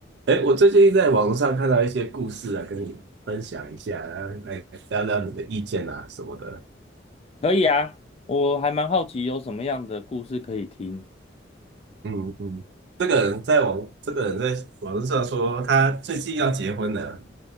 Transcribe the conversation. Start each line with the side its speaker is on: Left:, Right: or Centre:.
Right: 哎，我最近在网络上看到一些故事啊，跟你分享一下，然后来聊聊你的意见啊什么的。
Left: 可以啊，我还蛮好奇有什么样的故事可以听。
Right: 嗯嗯，这个人在网，这个人在网络上说他最近要结婚了，